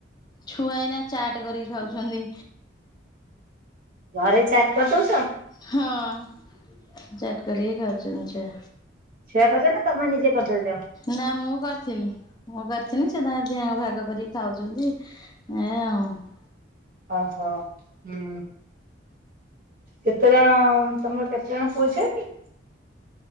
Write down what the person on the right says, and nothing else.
ଘରେ ଚାଟ୍ କର୍ଦଉଚ।
ଛୁଆ କର୍ଚନି ନା ତମେ ନିଜେ କର୍ଦଉଚ।
ଓହୋ। ହୁଁ। କେତେ ଜଣ? ତମର କେତେ ଜଣ ପୁଅ, ଝିଅ କି?